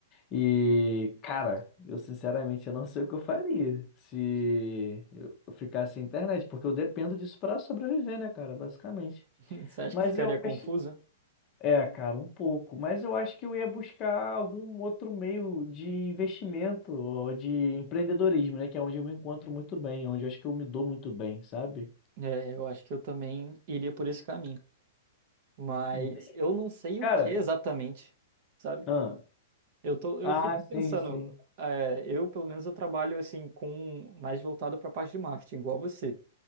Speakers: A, on the left; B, on the right.
A: E, cara, eu sinceramente eu não sei o que eu faria se eu ficasse sem internet, porque eu dependo disso pra sobreviver, né, cara? Basicamente.
B: <laughs> Você acha
A: Mas
B: que ficaria
A: eu
B: confusa?
A: acho, é, cara, um pouco, mas eu acho que eu ia buscar algum outro meio de investimento ou de empreendedorismo, né? Que é onde eu me encontro muito bem, onde eu acho que eu me dou muito bem, sabe?
B: É, eu acho que eu também iria por esse caminho. Mas
A: Ente-
B: eu não sei
A: Cara,
B: o que exatamente, sabe?
A: ah,
B: Eu tô, eu
A: ah,
B: fico
A: sim,
B: pensando,
A: sim,
B: é, eu pelo menos eu trabalho assim com mais voltado para a parte de marketing, igual você.